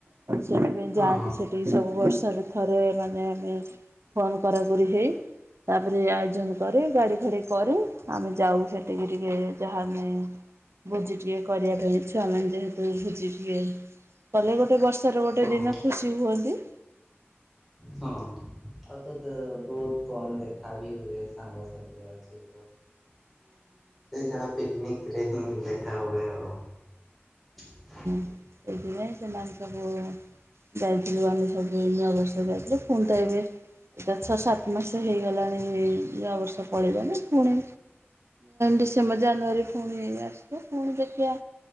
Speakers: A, on the right; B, in the centre.
A: ସେଥିପାଇଁ
B: ହଁ
A: ଯାଆନ୍ତି ସେଠିକି ସବୁ ବର୍ଷ ଥରେ ଥରେ ମାନେ ଆମେ ଫୋନ୍ କରାକରି ହେଇ ତାପରେ ଆୟୋଜନ କରେ ଗାଡି ଫାଡି କରେ। ଆମେ ଯାଉ ସେଠିକି ଟିକେ ଯାହା ଆମେ ଭୋଜି ଟିକେ କରିବା ପାଇଁ ଛୁଆମାନେେ ଯେହେତୁ ଭୋଜି ଟେ କଲେ ଗୋଟେ ବର୍ଷର ଗୋଟେ
B: ହଁ।
A: ଦିନ ଖୁସି ହୁଅନ୍ତି।
B: ହଁ। ଆଉ ତତେ ବହୁତ କମ ଦେଖା ବି ହୁଏ ସାଙ୍ଗସାଥି ଅଛିତ। ସେ ଯାହା ପିକନିକରେ ହିଁ ଦେଖା ହୁଏ ଆଉ। ହ <unintelligible>
A: ସେଇଥିପାଇଁ ସେମାନ ସବୁ ଯାଇଥିଲ ଆାନେ ସବୁ ଅବସ୍ଥା ଯାଇଥିଲ କ ତ ଏବେ ଏଟ ଛଅ ସାତ ମାସ ହେଇଗଲାଣି ଏଇ ନୂଆବର୍ଷ ପଳେଇଲାଣି ପୁଣି ଡିସେମ୍ବର ଜାନୁଆାରୀ ପୁଣି ଆସିବ ପୁଣି ଦେଖିବା